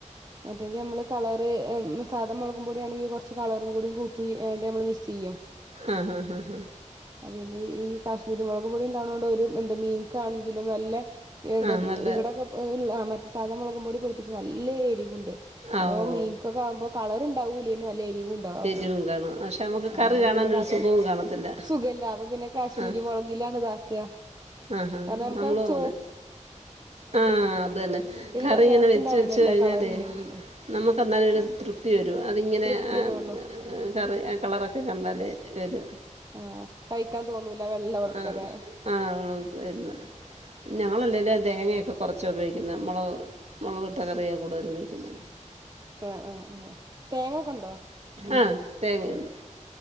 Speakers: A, on the right; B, on the right.
A: മറ്റേത് നമ്മള് കളറ് എഹ് മ് സാധാ മൊളകുംപൊടി ആണെങ്കി കൊറച്ച് കളറും കൂടി കൂട്ടി ന്ന്ട്ട് നമ്മൾ മിക്സ്‌ ചെയ്യും.
B: ആ ഹാ ഹാ ഹാ
A: അ പിന്നെ ഈ കാശ്മീരി മൊളക് പൊടി ഇണ്ടാവണോണ്ട് ഒരു മ് ത് മീന്ക്കാണെങ്കിലും നല്ലെ എന്താ
B: ആ
A: മ്
B: നല്ല
A: ഇവിടൊക്കെ പ ഇള്ള മറ്റ് സാധാ മൊളകും പൊടി പൊടിപ്പിച്ച് നല്ല എരിവുണ്ട്.
B: ആ
A: അപ്പോ
B: ഓ
A: മീനക്കൊക്കെ ആമ്പോ കളർ ഇണ് <unintelligible> അല്ലേ <unintelligible> വുണ്ടാവും
B: എരിവും കാണും പക്ഷെ നമുക്ക്
A: ആ
B: കറി
A: അപ്പോ
B: കാണാനൊരു
A: പിന്നെ കാശ്മി
B: സുഖവും കാണത്തില്ല
A: സുഖല്ലേ അപ്പോ പിന്നെ കാശ്മീരി
B: ആ
A: മൊളകിലാണ് ഇതാക്ക
B: ആഹാ
A: കാരണം മ്മക്കാ
B: നമ്മളും
A: ചോ
B: അങ്ങനെ ആ അത്തന്നെ
A: ഒരു
B: കറിങ്ങനെ
A: ടേസ്റ്റ്
B: വെച്ച്
A: ഉണ്ടാവില്ലല്ലോ
B: വെച്ച് കഴിഞ്ഞാലേ
A: കളർ ഇല്ലെങ്കിൽ
B: നമുക്ക് എന്നാലും ഒരു
A: ആ
B: തൃപ്തി വരും അതിങ്ങനെ
A: തൃപ്തി
B: ആ
A: വരേള്ളൂ
B: ഹെ കറി ആ കളറൊക്കെ കണ്ടാല് വരും.
A: ആഹ് കഴിക്കാൻ തോന്നൂല വെള്ള വറുക്കന
B: ആ ആ <unintelligible> ഞങ്ങളല്ലേലേ തേങ്ങ <unintelligible> കൊറച്ച ഉപയോഗിക്കുന്നെ മൊളക് മൊളക് ഇട്ട കറിയാ കൂടുതലും വയ്ക്കുന്നെ.
A: ആഹ് ആഹ് ആഹ് തേങ്ങ ഒക്കെ ഉണ്ടോ
B: ആ തേങ്ങയുണ്ട്